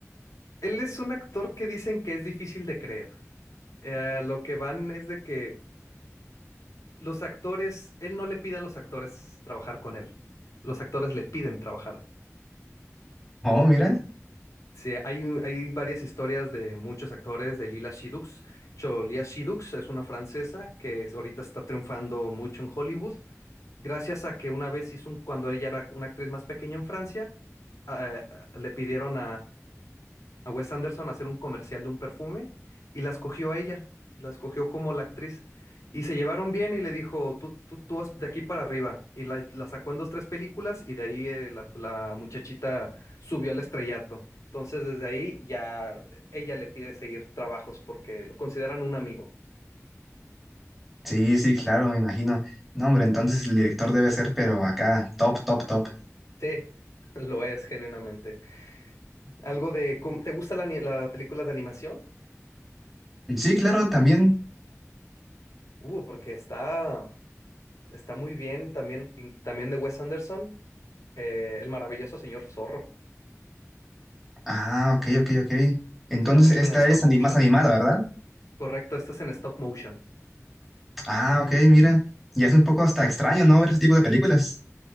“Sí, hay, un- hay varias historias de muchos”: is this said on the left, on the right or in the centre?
Left